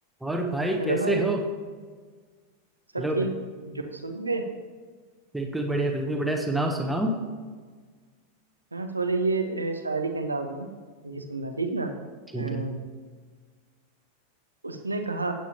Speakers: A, in the centre; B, on the right (about 80°).
A: और भाई
B: Hello
A: कैसे
B: भाई
A: हो
B: सब
A: हेलो
B: ठीक
A: भाई
B: जो सुनोगे
A: बिल्कुल बढ़िया बिल्कुल बढ़िया सुनाओ सुनाओ
B: हाँ थोड़े ये अ, शायरी के अंदाज में ये सुनना ठीक ना
A: ठीक
B: अ,
A: है
B: उसने कहा